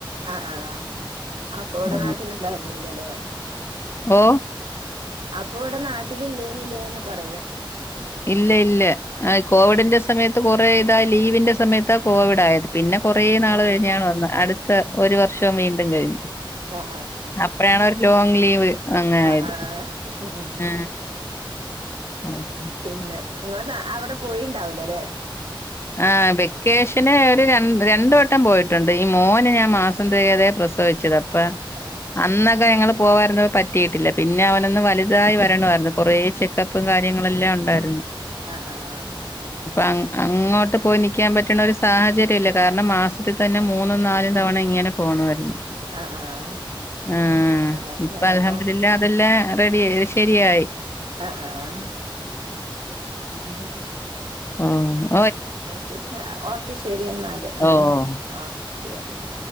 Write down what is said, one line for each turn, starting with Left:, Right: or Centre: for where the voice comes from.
Right: ആഹ് ആഹ് അപ്പൊ ഇവിടെ
Left: ഉ
Right: നാട്ടിലുണ്ടായിരുന്നില്ലല്ലേ
Left: ഓ ഓ
Right: അപ്പൊ ഇവിടെ നാട്ടില ഇല്ലേന ഇില്ലേന്ന് പറയാം
Left: ഇല്ല ഇല്ല ആ കോവിഡിന്റെ സമയത്ത് കൊറെ ത ലീവിന്റെ സമയത്ത് കോവിഡ് ആത് പിന്നെ കൊറേ നാള്
Right: ആഹ്
Left: കഴിഞ്ഞാണ് വന്ന അടുത്ത ഒരു വർഷം മീൻ ഇ കഴി
Right: ആഹ് ആഹ്
Left: അപ്പഴാണ് ഒരു ലോങ് ലീവ് അങ്ങ
Right: ആഹ്
Left: ആയത്
Right: ആഹ് ആഹ് ഉം ഉം
Left: ആ ആഹ
Right: പിന്നെ നിങ്ങ അവിടെ പോയിുണ്ടാവലല്ലേ
Left: ആ വെക്കേഷന് ഒരു ര രണ്ട വട്ടം പോയിട്ടുണ്ട് ഈ മോന് ഞാൻ മാസ പ്രതെ പ്രസവിച്ചത അപ്പ
Right: ഏഹ്
Left: അന്ന ഞങ്ങൾ പോവാമായിരുന്ന പറ്റിയിട്ടില്ല പിന്നെ അവനൊന്ന് വലുതായി വരണമായിരുന്നു കുറേ ചെക്കപ്പും കാര്യങ്ങളുംെല്ലാം ഉണ്ടായിരുന്നു
Right: ആ ആഹ ആ
Left: അ അങ്ങോട്ട അത്ത് പോയി നിൽക്കാൻ പറ്റണ ഒരു സാഹചര്യം ഇില്ല കാരണം മാസത്തിൽ തന്നെ മൂന്നും നാലും തവണ ഇങ്ങനെ പോകണമായിരുന്നു
Right: ആഹ് ആഹ് ആഹ്
Left: ആഹ
Right: അതങ്ങനെ
Left: ഇപ്പൊ
Right: ആവുമ്പോ
Left: അലഹദില്ല അതെല്ലേ റെഡിിയ ശരിയായി
Right: ആഹ ആഹ ആഹ ഉ ഉ
Left: ആഹ
Right: പിന്ന ഓക്കെ ശെരി എന്നാല് ഉ
Left: ഓഹ്
Right: ഉ
Left: ഓഹ്
Right: ഓക്കെ എന്നാല്